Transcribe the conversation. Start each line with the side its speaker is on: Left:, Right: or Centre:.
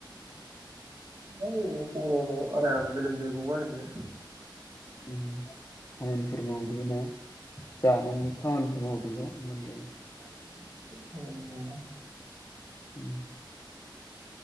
Right: ओरै गरमाव आराम गोलोमदै गगार होदो।
Left: उम खामानिफोर मावदो ना जानानै खामानिफोर माव खोल मोननै
Right: <inaudible> खामानि मावो
Left: उम